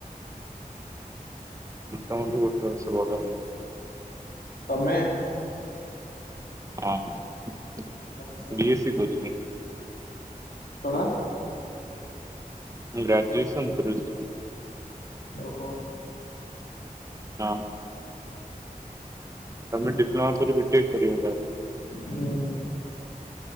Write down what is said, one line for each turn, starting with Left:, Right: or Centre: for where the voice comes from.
Right: ମୁଁ ତମଠୁ ଗୋଟେ ବର୍ଷ ବଡ ହେବି।
Left: ତମେ।
Right: ହଁ
Left: ଆଛା
Right: ବିଏସ୍ ସି କରୁଚ।
Left: କଣ?
Right: ମୁଁ ଗ୍ରାଜୁଏସନ୍ କରୁଚି।
Left: ଓହୋ।
Right: ହଁ। ତମେ ଡିପ୍ଲୋମା କରିିବକି ବିଟେକ୍ କରିବ।
Left: ହୁଁ।